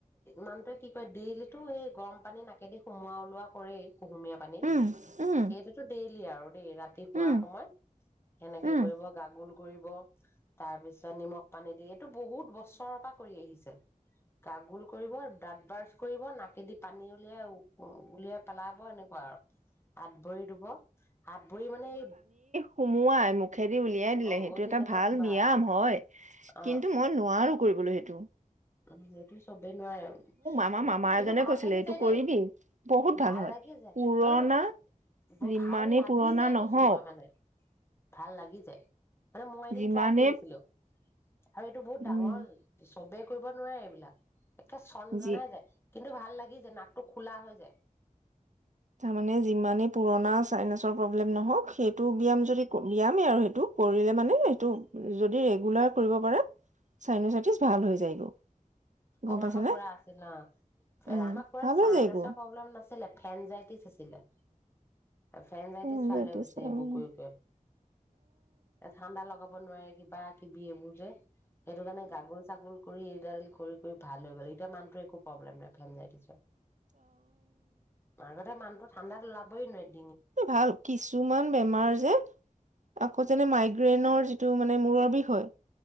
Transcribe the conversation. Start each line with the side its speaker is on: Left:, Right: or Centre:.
Left: মানুহ টোৱে কি কৰে ডেইলি টো সেই গৰম পানী নাকেদি সোমোৱা ওলোৱা কৰেই। কুহুমীয়া পানীত
Right: উম, উম,
Left: সেইটোতো ডেইলি কি আৰু দেই ৰাতি শোৱাৰ
Right: উম,
Left: সময়ত সেনেকে
Right: উম।
Left: কৰিব, গাগ'ল কৰিব, তাৰ পিছত নিমখ পানী দি এইটো বহুত বছৰৰ পৰা কৰি আহিছে। গাগ'ল কৰিব, দাঁত ব্ৰাছ কৰিব, নাকে দি পানী উলিয়া উলিয়া পেলাব এনেকুৱা আৰু হাত ভৰি ধোব। হাত ভৰি মানে
Right: সোমোৱাই মোক মুখেদি উলিয়াই দিলে,
Left: অ
Right: সেইটো
Left: অ
Right: এটা
Left: তেনেকুৱা
Right: ভাল
Left: কিবা
Right: ব্যায়াম হয়,
Left: অ
Right: কিন্তু মই নোৱাৰো কৰিবলৈ সেই টো
Left: <unintelligible> নোৱাৰে,
Right: আমাৰ
Left: এ-কিন্তু
Right: মামা এজনে
Left: ভাল
Right: কৈছিলে
Left: লাগি
Right: এইটো
Left: যায়
Right: কৰিবি
Left: দেই,
Right: বহুত
Left: ভাল
Right: হয়
Left: লাগি যায়,
Right: পুৰণা
Left: অ', বৰ
Right: যিমানেই
Left: ভাল লাগি
Right: পুৰণা
Left: যাই
Right: নহওক
Left: কৈছোঁ মই মানে। ভাল লাগি যায়। মানে মই এদিন
Right: যিমানেই
Left: ট্ৰাই কৰিছিলোঁ। আৰু এইটো বহুত ডাঙৰ
Right: উম
Left: চবে ক কৰিব নোৱাৰে এইবিলাক একে চণজনাই
Right: যি
Left: যায়। কিন্তু ভাল লাগি যায়, নাকটো খোলা হৈ যায়।
Right: তাৰমানে যিমানেই পুৰণা চাইনাছৰ প্ৰব্লেম নহওঁক, সেইটো ব্যায়াম যদি-ব্যায়ামেই আৰু সেইটো, কৰিলে মানে সেইটো যদি ৰেগুলাৰ কৰিব পাৰে চাইনাচাইটিচ ভাল হৈ যায়গৈ। গম
Left: অ',
Right: পাইছানে
Left: আমাৰ খুৰা আছিল অ',
Right: উম
Left: আমাৰ খুৰাৰ
Right: ভাল
Left: চাইনাছৰ
Right: হৈ যায়গৈ
Left: প্ৰব্লেম নাছিলে ফেনজাইটিছ আছিলে। ফেনজাইটিছ
Right: উম
Left: ভাল হৈ গৈছে সেইবোৰ কৰি কৰি। এ ঠাণ্ডা লগাক <unintelligible> কিবা কিবি এইবোৰ যে সেইটো কাৰণে গাগুল-চাগুল কৰি এইডাল কৰি কৰি ভাল হৈ গল। এতিয়া মানুহটো একো প্ৰব্লেম নাই। <unintelligible> আগতে মান ঠাণ্ডাত ওলাবই নোৱাই।
Right: ভাল। কিছুমান বেমাৰ যে, আকৌ যেনে মাইগ- ব্ৰেইনৰ যিটো মানে মূৰৰ বিষ হয়।